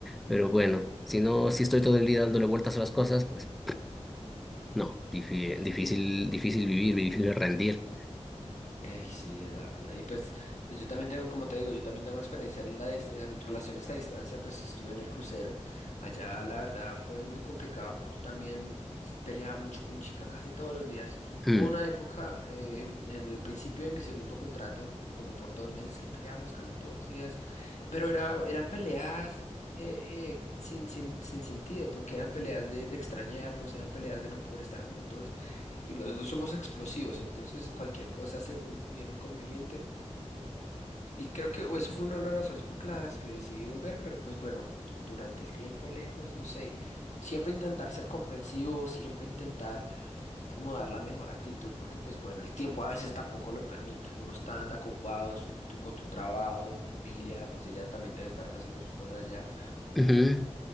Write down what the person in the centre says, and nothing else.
Pero
bueno, si no, si estoy todo el día dándole vueltas a las cosas, pues. No, difí- difícil, difícil vivir, difícil rendir.
Mm,
ujú.